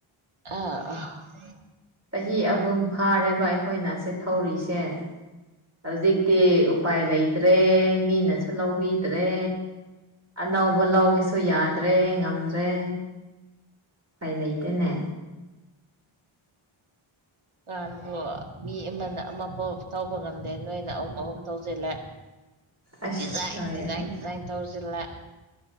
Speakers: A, on the right; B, on the right.
A: ꯑ ꯎꯝ
B: ꯆꯍꯤ ꯑꯍꯨꯝ ꯐꯥꯔꯦꯕ ꯑꯩꯈꯣꯏꯅ ꯁꯤꯦ ꯊꯧꯔꯤꯁꯦ ꯍꯧꯖꯤꯛꯇꯤ ꯎꯄꯥꯏ ꯂꯩꯇ꯭ꯔꯦ ꯃꯤꯅꯁꯨ ꯂꯧꯕꯤꯗ꯭ꯔꯦ ꯑꯅꯧꯕ ꯂꯧꯒꯦꯁꯨ ꯌꯥꯗ꯭ꯔꯦ ꯉꯝꯗ꯭ꯔꯦ ꯀꯥꯏ ꯂꯩꯇꯦꯅꯦ <inaudible>
A: ꯀꯥꯔꯕꯨ ꯃꯤ ꯑꯃꯅ ꯑꯃꯐꯥꯎ ꯊꯧꯕ ꯉꯝꯗꯦ ꯅꯣꯏꯅ ꯑꯍꯨꯝ ꯑꯍꯨꯝ ꯊꯧꯁꯤꯜꯂꯦ
B: ꯑꯁ
A: ꯗꯤꯖꯟ
B: ꯂꯣꯏꯔꯦꯍꯦ
A: ꯗꯤꯖꯥꯏꯟ ꯗꯤꯖꯥꯏꯟ ꯇꯧꯁꯤꯂ